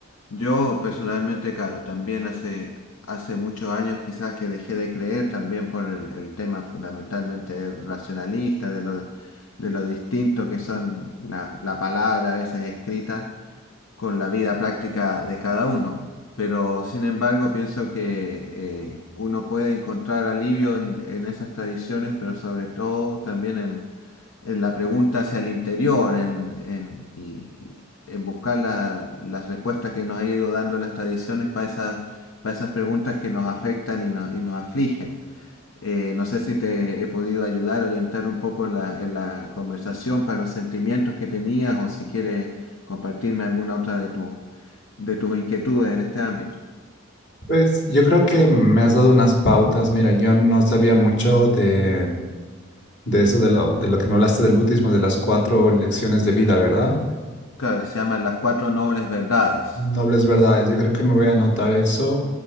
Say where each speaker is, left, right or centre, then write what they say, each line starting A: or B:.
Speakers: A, on the left; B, on the left.
A: Yo personalmente, claro, también hace, hace muchos años quizás que dejé de creer también por el, el tema fundamentalmente racionalista, de lo, de lo distinto que son la, la palabra a veces escrita con la vida práctica de cada uno. Pero sin embargo, pienso que eh, uno puede encontrar alivio en, en esas tradiciones, pero sobre todo también en, en la pregunta hacia el interior, en, en, y- en buscar la- las respuestas que nos ha ido dando las tradiciones para esas, para esas preguntas que nos afectan y nos, y nos afligen. Eh, no sé si te he podido ayudar, orientar un poco en la, en la conversación para los sentimientos que tenías o si quieres compartirme alguna otra de, tu, de tus inquietudes en este ámbito.
B: Pues yo creo que me has dado unas pautas. Mira, yo no sabía mucho de, de eso, de lo, de lo que me hablaste del budismo, de las cuatro lecciones de vida, ¿verdad?
A: Claro, se llaman las cuatro nobles verdades.
B: Nobles verdades. Yo creo que me voy a anotar eso